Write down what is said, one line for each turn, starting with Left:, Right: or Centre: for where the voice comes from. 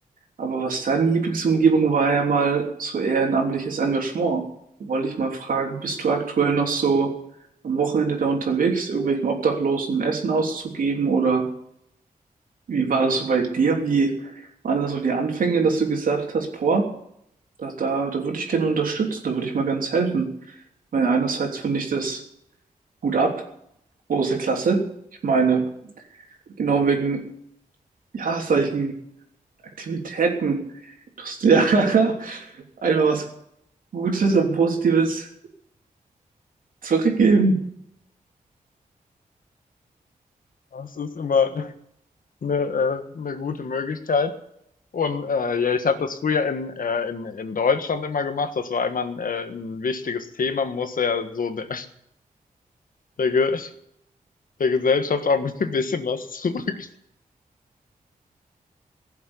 Right: Aber was deine Lieblingsumgebung war ja mal so ehrenamtliches Engagement. Da wollte ich mal fragen, bist du aktuell noch so am Wochenende da unterwegs, irgendwelchen Obdachlosen Essen auszugeben oder wie war das so bei dir? Wie waren das so die Anfänge, dass du gesagt hast, boah, da, da, da würde ich gerne unterstützen, da würde ich mal ganz helfen. Ich meine, einerseits finde ich das gut ab, große Klasse. Ich meine, Genau wegen, ja, solchen Aktivitäten tust du ja <laughs> einfach was Gutes und Positives zurückgeben.
Left: Das ist immer <laughs> eine, äh, eine gute Möglichkeit. Und äh, ja, ich habe das früher in, äh, in, in Deutschland immer gemacht. Das war immer ein, äh, ein wichtiges Thema, muss ja so der, der, Ge der Gesellschaft auch ein bisschen was <laughs> zurück.